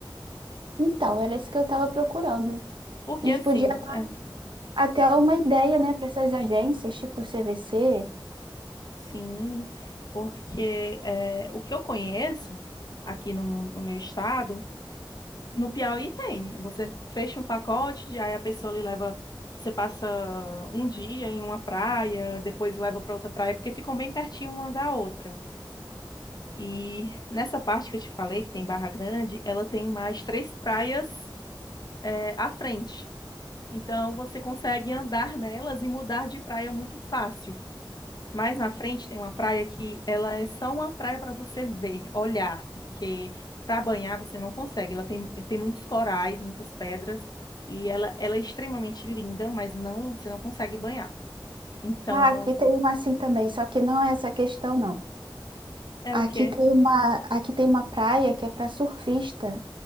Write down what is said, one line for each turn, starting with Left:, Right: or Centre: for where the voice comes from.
Right: Então, era isso que eu estava procurando.
Left: Porque
Right: A gente
Left: assim,
Right: podia
Left: no-
Right: até uma ideia, né, para essas agências, tipo CVC.
Left: Sim, porque é, o que eu conheço aqui no, no meu estado, no Piauí tem. Você fecha um pacote, de- aí a pessoa lhe leva, você passa um dia em uma praia, depois leva para outra praia, porque ficam bem pertinho uma da outra. E nessa parte que eu te falei, que tem Barra Grande, ela tem mais três praias é, à frente. Então você consegue andar nelas e mudar de praia muito fácil. Mais na frente tem uma praia que ela é só uma praia para você ver, olhar, porque para banhar você não consegue. Ela tem, tem muitos corais, muitas pedras, e ela, ela é extremamente linda, mas não, você não consegue banhar. Então,
Right: Ah, aqui tem uma assim também, só que não é essa questão, não.
Left: é
Right: Aqui
Left: o quê?
Right: tem uma, aqui tem uma praia que é para surfista,